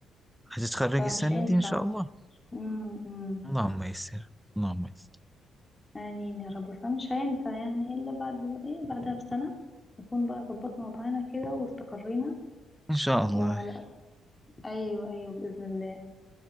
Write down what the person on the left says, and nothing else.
فمش
هينفع
م- م.
آمين يا رب فمش هينفع يعني إلا بعد إيه بعدها بسنة نكون بقى ظبطنا وضعنا كده واستقرينا
وعلى
أيوه أيوه بإذن الله